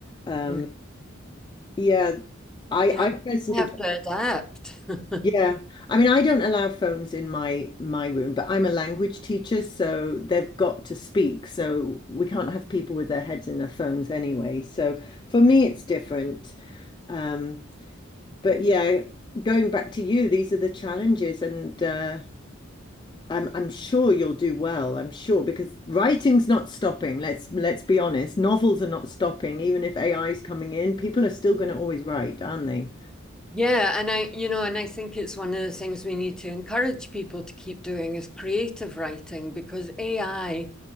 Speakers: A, on the left; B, in the centre.
A: Um,
B: Mm.
A: yeah, I
B: Yeah,
A: I personally
B: we have
A: don't,
B: to adapt.
A: yeah.
B: <laughs>
A: I mean, I don't allow phones in my my room, but I'm a language teacher, so they've got to speak. So we can't have people with their heads in their phones anyway. So for me, it's different. Um, but yeah, going back to you, these are the challenges, and uh, I'm I'm sure you'll do well. I'm sure because writing's not stopping. Let's let's be honest. Novels are not stopping, even if AI is coming in. People are still going to always write, aren't they?
B: Yeah, and I, you know, and I think it's one of the things we need to encourage people to keep doing is creative writing because AI